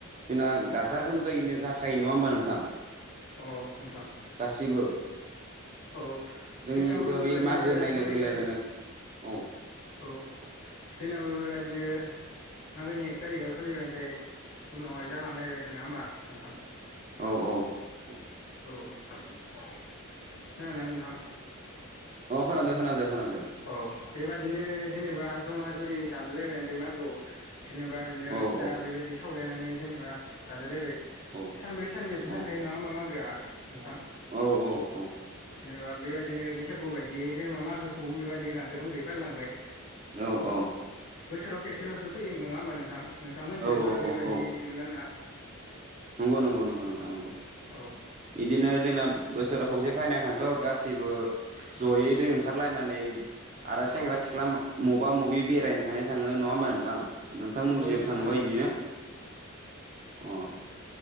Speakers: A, on the right; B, on the left.
A: जोंना गाजा गोमजायैनो जाखायो नङा होमबा नोंथां?
B: औ नोंथां
A: गासिबो
B: औ
A: जोंनिथ'
B: जोंनाबो बेबाददिनो
A: बे मागो होननाय
B: सलियो
A: लोगो लोगोनो
B: आरो।
A: औ
B: औ जोंनाबो बेबादिनो मागोनि एक तारिखआव सोलिबाय ओमफाय उनावहाय जालांलायबाय आरो नङा होमबा नोंथां?
A: औ औ औ
B: औ खोनादोना नोंथां?
A: अ खोनादो खोनादो खोनादो
B: औ बेबादिनो जेनेबा जमा जुरि जालायलायबाय ओमफाय मागोआव जेनेबा ओरैनो
A: औ
B: फिथा
A: औ
B: बेबायदि सावलायनानै जेनेबा जालायलायबाय।
A: औ
B: सानब्रै सानबायाथ' थाखायो
A: औ
B: नङा होमबा मागोआ? नोंथां
A: औ औ
B: जेनेबा बैबायदिनो बै बैसागु बायदियै जेनेबा मागोखौबो बेबायदि गाजा गोमजायै फालिलांबाय।
A: औ औ
B: बोसोराव खेबसेल'सो फैयो नङा होमबा नोंथां? नोंथांमोननि
A: औ
B: जायबा
A: औ औ
B: बेबायदि
A: औ
B: नंगोना नङा?
A: नंगौ नंगौ नंगौ नोंथां नंगौ
B: औ
A: इदिनो जोंना बोसोराव खोबसे फायनायखायनथ' गासिबो जयैनो ओंखारलायनानै आरो सेंग्रा
B: औ
A: सिख्ला मबा मबि बेरायनो थांनाया थाङो नङा होमबा नोंथां? नोंथां मोनथिंजायबो
B: औ नंगौ
A: थाङोबा
B: नंगौ
A: इदिनो?
B: नंगौ नंगौ नोंथां
A: अह